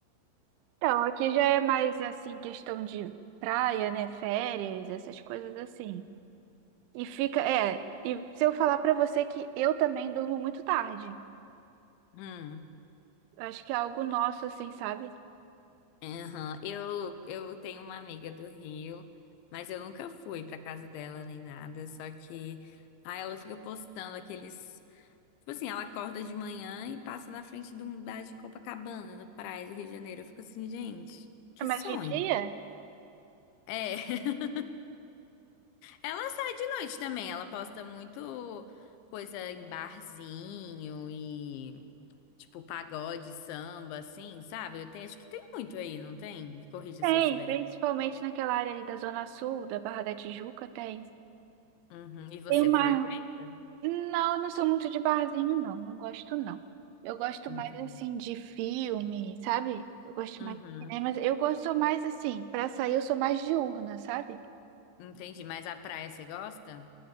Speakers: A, on the right; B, on the left.
A: Então, aqui já é mais assim, questão de praia, né? Férias, essas coisas assim. E fica, é, e se eu falar pra você que eu também durmo muito tarde.
B: Hum.
A: Eu acho que é algo nosso, assim, sabe?
B: Aham. Eu, eu tenho uma amiga do Rio, mas eu nunca fui pra casa dela nem nada, só que aí ela fica postando aqueles. Tipo assim, ela acorda de manhã e passa na frente do da de Copacabana, na praia do Rio de Janeiro. Eu fico assim, gente, que
A: É, Mas
B: sonho.
A: de dia?
B: É, <laughs> ela sai de noite também, ela posta muito coisa em barzinho e tipo pagode, samba, assim, sabe? Eu tenho, acho que tem muito aí, não tem? Me corrija
A: Tem,
B: se eu estiver
A: principalmente
B: errado.
A: naquela área ali da Zona Sul, da Barra da Tijuca, tem.
B: Uhum. E você
A: Tem uma.
B: frequenta?
A: Não, eu não sou muito de barzinho, não. Não gosto, não. Eu gosto
B: Entendi.
A: mais assim de filme, sabe? Eu gosto
B: Uhum.
A: mais de cinema. Eu gosto sou mais assim, pra sair eu sou mais diurna, sabe?
B: Entendi, mas a praia você gosta?